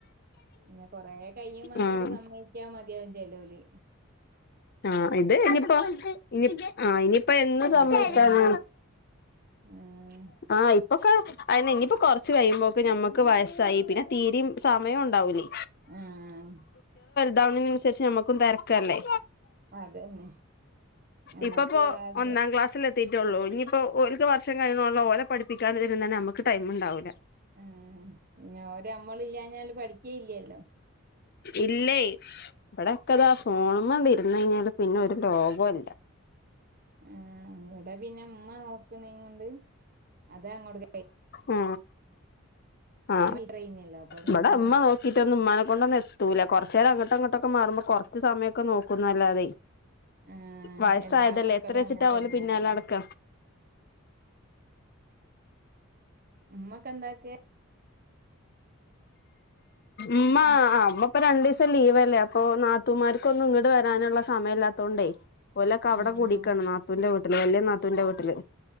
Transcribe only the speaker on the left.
ആഹ്
ആ് ഇത് ഇനിപ്പോ ഇനി ആ ഇനി ഇപ്പ എന്ന് സമ്മക്കാന
ആ ഒക്കെ അ ഇനിയിപ്പോ കുറച്ച്ു കഴിയുമ്പോക്കെ മുക്ക് വയസ്സായി പിന്നെ തീരയും സമയം ഉണ്ടാവൂലേ
ഡൗണിനനുസരിച്ച് നമുക്കും തിരക്കല്ലേ
ഇപ്പപ്പോ
ഒന്നാം ക്ലാസ്സൽ എ തീറ്റള്ളൂ ഇനിയിപ്പോൊ ഒരുക്ക് വർഷ കഴിഞ്ഞള്ള ല പഠിപ്പിക്കാ തരുന്ന തന്നെ നമുക്ക് ടൈം ഉണ്ടാവൂില്ല
ഇല്ലേ ഇവിടെൊക്കെതാ ഫോണണ്ട ഇന്ന് കഴിഞ്ഞാല് പിന്നെ ഒരു രോഗല്ല
ഉ ആ
ഇവിടെ
അമ്മ
നോക്കിട്ട ഒന്ന് ഉമ്മാന അൊന്ന എത്തൂല്ല കുറച്ച നേരംങ്ങോട്ട അങ്ങോട്ടൊക്ക മാുമ്പോ കുറച്ച് സമയം ക്കെ നോക്കുന്നല്ലാതെ
വയസ്സായതല്ലേ
എത്ര വച്ചിട്ട
ആല പിന്നാല അടക്ക
ഉമ്മ ആ ഉമ്മ ഇപ്പോൊ രണ്ടു ദിവസം ലീവ്ല്ലേ അപ്പൊ നാത്തൂമാർക്കൊന്നും ഇങ്ങട്ട് വരാനുള്ള സമയംമല്ലാത്തൊണ്ട് ഒല്ലക്കെ അവിടെ
കൂടിക്കാണ്
നാത്തുന്റെ വീട്ടില് വല് നാത്തുൻന്റെ വീട്ടില്